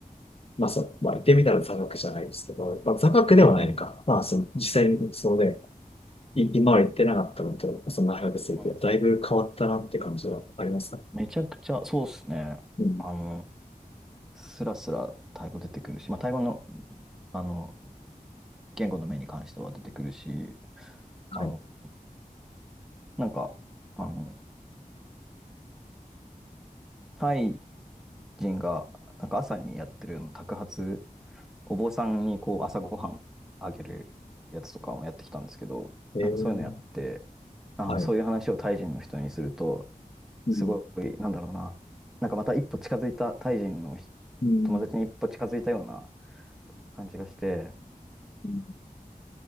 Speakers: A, on the left (about 40°); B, in the centre.
A: まあ、そう、まあ、言ってみたら座学じゃないですけど、まあ、座学ではないのか。
B: うん
A: まあ、その、実際にそうで、い今は行ってなかったのと、その大学生って、
B: うん。
A: だいぶ変わったなって感じはありますか
B: めちゃくちゃ、そうですね。
A: うん。
B: あの、スラスラタイ語出てくるし、まあ、タイ語の、あの、言語の面に関しては出てくるし、
A: はい。
B: あの、なんか、あの、タイ人が、なんか朝にやってるの托鉢、お坊さんにこう朝ごはんあげるやつとかもやってきたんですけど、
A: えー、
B: なんかそういうのやって、あの、
A: はい。
B: そういう話をタイ人の人にすると、
A: うん。
B: すごい、なんだろうな、なんかまた一歩近づいたタイ人の人
A: うん
B: 友達に一歩近づいたような感じがして、
A: うん